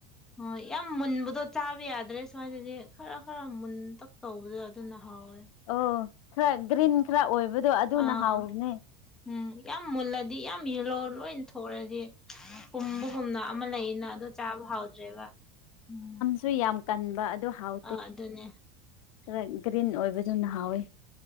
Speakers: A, in the centre; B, on the left.
A: ꯍꯣꯏ ꯌꯥꯝ ꯃꯨꯟꯕꯗꯣ ꯆꯥꯕ ꯌꯥꯗ꯭ꯔꯦ ꯁꯨꯃꯥꯏꯗꯗꯤ ꯈꯔ ꯈꯔ ꯃꯨꯟꯇꯛ ꯇꯧꯕꯗ ꯑꯗꯨꯅ ꯍꯥꯎꯋꯦ
B: ꯑꯣ ꯈꯔ ꯒ꯭ꯔꯤꯟ ꯈꯔ ꯑꯣꯏꯕꯗꯣ ꯑꯗꯨꯅ
A: ꯑꯥ
B: ꯍꯥꯎꯕꯅꯦ
A: ꯎꯝ ꯌꯥꯝ ꯃꯨꯜꯂꯗꯤ ꯌꯥꯝ ꯌꯦꯜꯂꯣ ꯂꯣꯏꯅ ꯊꯣꯛꯂꯗꯤ ꯄꯨꯝꯕꯒꯨꯝꯅ ꯑꯃ ꯂꯩꯌꯦꯅ ꯑꯣ ꯆꯥꯕ ꯍꯥꯎꯗ꯭ꯔꯦꯕ ꯎꯝ
B: ꯀꯔꯤ ꯌꯥꯝ ꯀꯟꯕ ꯑꯗꯨ ꯍꯥꯎ
A: ꯑ ꯑꯗꯨꯅꯦ
B: ꯈꯔ ꯒ꯭ꯔꯤꯟ ꯑꯣꯏꯕꯗꯨꯅ ꯍꯥꯎꯋꯤ